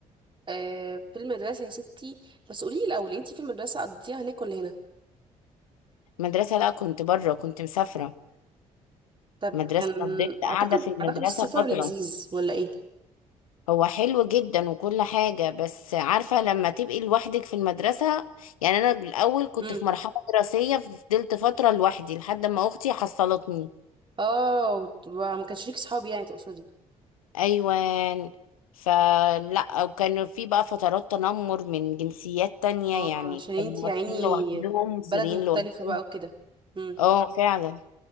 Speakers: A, on the right; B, on the left.
A: آه في المدرسه يا ستي بس قولي لي الاول انت في المدرسه قضيتيها هناك ولا هنا
B: المدرسة لا كنت بره كنت مسافرة
A: طب
B: مدرسة
A: كان
B: انا فضلت قاعدة
A: اعتقد
B: في المدرسة
A: اعتقد السفر
B: فترة
A: لذيذ ولا ايه
B: هو حلو جدا وكل حاجة بس عارفة لما تبقي لوحدك في المدرسة يعني انا الاول كنت
A: امم
B: في مرحلة دراسية فضلت فترة لوحدي لحد ما اختي حصلتني
A: اه وت- ما كانش ليك صحاب يعني تقصدي
B: ايوان فلا وكان في بقى فترات تنمر من جنسيات تانية
A: اه
B: يعني
A: عشان انت
B: كانوا
A: يعني
B: مصريين لوحدهم وسوريين
A: بلد مختلفه
B: لوحدهم
A: بقى وكده امم
B: اه فعلا